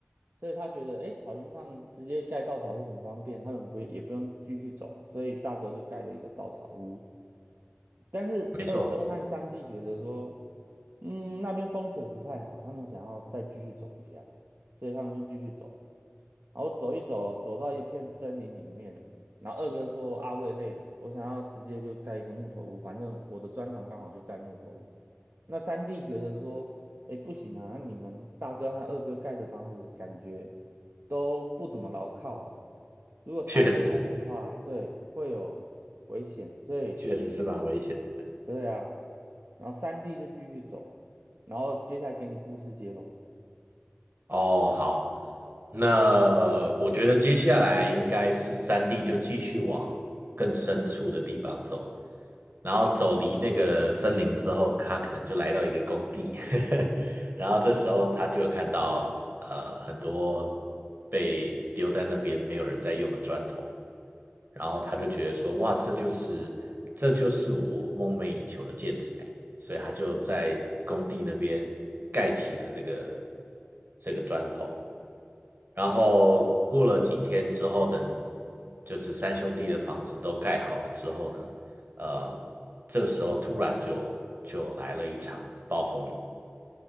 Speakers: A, on the right (about 80°); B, on the right (about 60°).
A: 所以他觉得哎，诶草原上直接盖稻草屋很方便，他们不也不用继续走，所以大哥就盖了一个稻草屋。但是二哥和三弟觉得说，
B: 没错，
A: 嗯，那边风水不太好，他们想要再继续走一下，所以他们就继续走。然后走一走，走到一片森林里面，然后二哥说：“阿我也累了，我想要直接就盖一个木头屋，反正我的专长刚好就盖木头屋。”那三弟觉得说：“哎，不行啊，你们大哥和二哥盖的房子感觉都不怎么牢靠了，如果台风来的话，
B: 确实，
A: 对，会有危险，所以。”
B: 确实是蛮危险的。
A: 对啊，然后三弟就继续走，然后接下来给你故事接龙。
B: 哦，好，那我觉得接下来应该是三地就继续往更深处的地方走，然后走离那个森林之后，他可能就来到一个工地，<laughs> 然后这时候他就有看到呃很多被丢在那边没有人在用的砖头，
A: 哦
B: 然后他就觉得说，哇，这就是这就是我梦寐以求的建材，所以他就在工地那边盖起了这个这个砖头。然后过了几天之后，等就是三兄弟的房子都盖好了之后呢，呃，这个时候突然就就来了一场暴风雨。